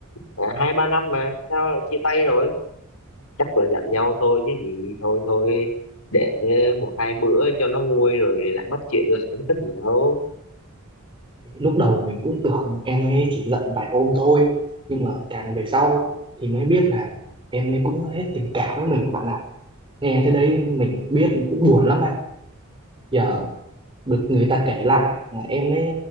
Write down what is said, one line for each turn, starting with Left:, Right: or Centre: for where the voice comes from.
Left: cả hai ba năm mà sao lại chia tay rồi chắc là giận nhau thôi chứ gì thôi thôi để một hai bữa cho nó nguôi rồi lại bắt chuyện lại chứ có gì đâu
Right: Thì lúc đầu mình cũng tưởng em ấy chỉ giận vài hôm thôi, nhưng mà càng về sau thì mới biết là em ấy cũng hết tình cảm với mình bạn ạ. Nghe thế đấy mình biết cũng buồn lắm bạn. Giờ được người ta kể lại là em ấy